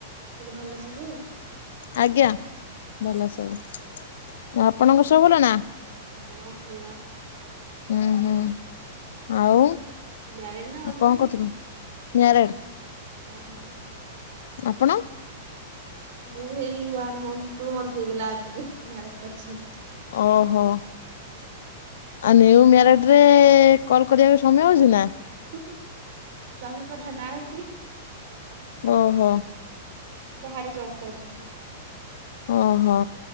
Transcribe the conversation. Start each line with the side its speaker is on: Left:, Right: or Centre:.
Right: ମୁଁ କହିଲି ଭଲ ସବୁ।
Left: ଆଜ୍ଞା ଭଲ ସବୁ ଆପଣଙ୍କ ସବୁ ଭଲ ନା।
Right: ହଁ ଭଲ।
Left: ଉୁଁ ହୁଁ ଆଉ କଣ
Right: ମ୍ୟାରେଡ୍ ନା ଅନମ୍ୟାରେଡ୍?
Left: କରୁଥିଲ ନିଆରେଡ।
Right: ଓ ହଁ।
Left: ଆପଣ।
Right: ମୁଁ ହେଇ ଉଆନ ମନ୍ଥ ଟୁ ମନ୍ଥ ହେଇଗଲା ଆଜାକି ମ୍ୟାରେଡ କରିବା। କରଛି
Left: ଓହୋ।
Right: ହଁ।
Left: ଆଉ ନିୟୁ ମ୍ୟାରେଡ ରେ କଲ୍ କରିବାକୁ ସମୟ ହଉଛି ନା।
Right: ହୁଁ ହୁଁ ସ୍ଵାମୀ ପରା ନାହାଁନ୍ତି।
Left: ଓହୋ।
Right: ବାହାରେ ଜବ୍ କରୁଛନ୍ତି।
Left: ଓଁହୋ।